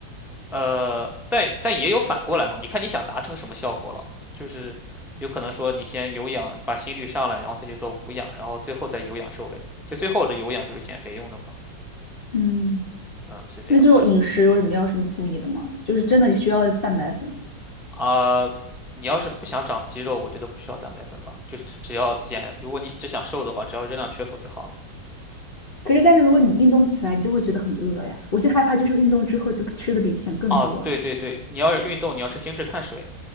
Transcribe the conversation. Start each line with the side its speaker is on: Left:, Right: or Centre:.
Centre: 呃，但但也有反过来嘛，你看你想达成什么效果了，就是有可能说你先有氧把心率上来，然后再去做无氧，然后最后再有氧收尾，就最后的有氧就是减肥用的嘛，
Left: 嗯，
Centre: 嗯，是这样算的
Left: 那这种饮食有什么要什么注意的吗？就是真的需要蛋白粉。
Centre: 啊。你要是不想长肌肉，我觉得不需要蛋白粉吧，就只只要减，如果你只想瘦的话，只要热量缺口就好了。
Left: 可是，但是如果你运动起来，你就会觉得很饿呀。我就害怕，就是运动之后就吃的比以前更多
Centre: 哦，对对对，你要是运动，你要吃精致碳水，